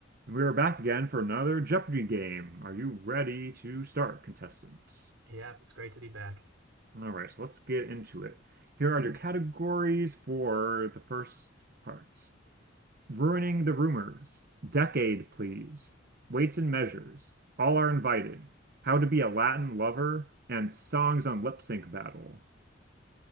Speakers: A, on the right; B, on the right.
A: We are back again for another Jeopardy game. Are you ready to start, contestant?
B: Yeah, it's great to be back.
A: All right, so let's get into it. Here are your categories for the first part. Ruining the rumors. Decade, please. Weights and measures. All are invited. How to be a Latin lover. And songs on lip sync battle.